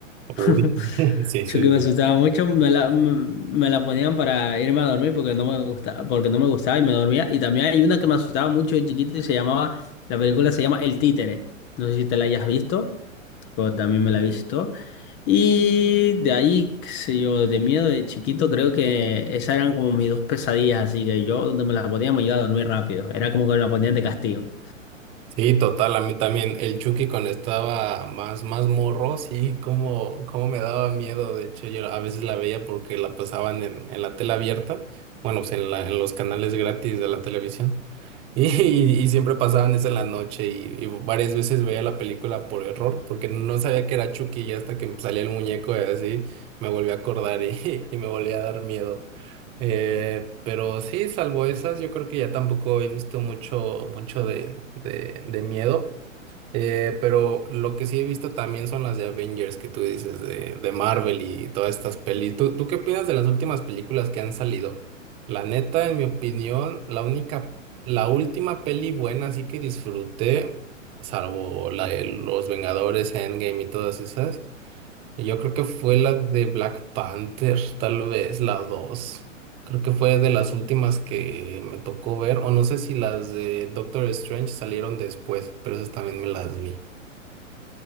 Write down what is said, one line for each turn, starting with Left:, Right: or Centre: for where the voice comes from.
Left: <laughs>
Right: Uy, <laughs> sí,
Left: Yo
Right: sí, sí.
Left: que me
Right: Sí,
Left: asustaba mucho, me la, me, me la ponían para irme a dormir porque no me gustaba, porque no me gustaba y me dormía. Y también hay una que me asustaba mucho de chiquito y se llamaba, la película se llama El Títere. No sé si te la hayas visto, pero también me la he visto. Y de ahí, qué sé yo, de miedo de chiquito, creo que esas eran como mis dos pesadillas, así que yo donde me la ponía me iba a dormir rápido. Era como que me la ponían de castigo.
Right: Sí, total, a mí también. El Chucky cuando estaba más, más morro, sí, como, como me daba miedo. De hecho, yo a veces la veía porque la pasaban en, en la tela abierta, bueno, pues en la, en los canales gratis de la televisión. Y, y y siempre pasaban eso en la noche y, y varias veces veía la película por error, porque no sabía que era Chucky y hasta que salía el muñeco y así me volví a acordar y, <laughs> y me volví a dar miedo. Eh, pero sí, salvo esas, yo creo que ya tampoco he visto mucho, mucho de, de, de miedo. Eh, pero lo que sí he visto también son las de Avengers que tú dices, de, de Marvel y todas estas pelis. ¿Tú, tú qué opinas de las últimas películas que han salido? La neta, en mi opinión, la única, la última peli buena así que disfruté, salvo la de Los Vengadores, Endgame y todas esas, y yo creo que fue la de Black Panther, tal vez la dos Creo que fue de las últimas que me tocó ver, o no sé si las de Doctor Strange salieron después, pero esas también me las vi.